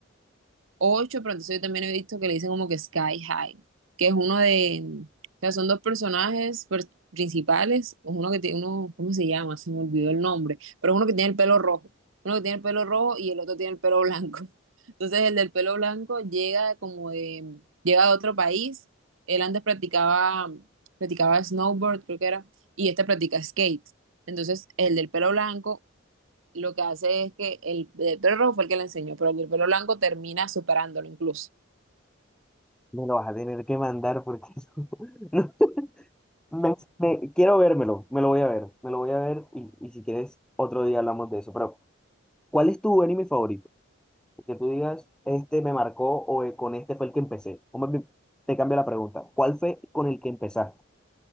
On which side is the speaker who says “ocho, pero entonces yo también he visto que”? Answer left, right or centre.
Right